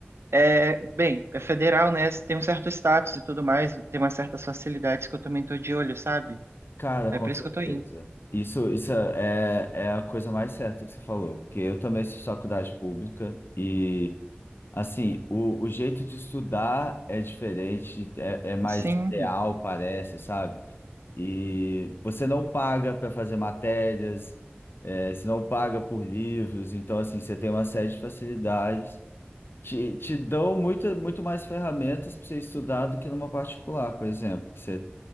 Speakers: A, on the right (about 85°); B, on the left (about 60°).
A: É, bem, é federal, né? Tem um certo status e tudo mais, tem umas certas facilidades que eu também tô de olho, sabe?
B: Cara,
A: É
B: com
A: por isso
B: certeza.
A: que eu tô indo.
B: Isso, isso é, é a coisa mais certa que você falou, porque eu também fiz faculdade pública e, assim, o, o jeito de estudar é diferente, é, é mais
A: Sim,
B: real, parece, sabe? E você não paga para fazer matérias, é, você não paga por livros, então, assim, você tem uma série de facilidades. Te, te dão muito, muito mais ferramentas para você estudar do que numa particular, por exemplo. que Você,